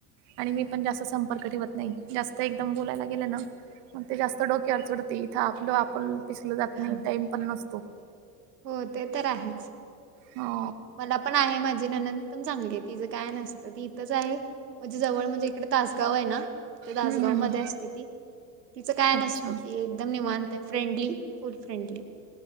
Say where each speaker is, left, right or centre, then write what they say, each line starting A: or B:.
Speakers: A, on the right (about 65°); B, on the right (about 85°).
A: आणि मी पण जास्त संपर्क ठेवत नाही जास्त एकदम बोलायला गेले ना मग ते जास्त डोक्यावर चढ ते इथं आपलं आपण पिसलं जात
B: हां
A: नाही टाइम पण नसतो
B: हो ते तर आहेच
A: हा
B: मला पण आहे माझी नणंद पण चांगली तिचं काय नसतं ती इथंच आहे म्हणजे जवळ म्हणजे तकडे तासगाव आहे ना ते तासगाव
A: हम्म हम्म.
B: मध्ये असते ती तिचं काय
A: अच्छा
B: नसतं ती एकदम निवांत आहे फ्रेंडली फुल फ्रेंडली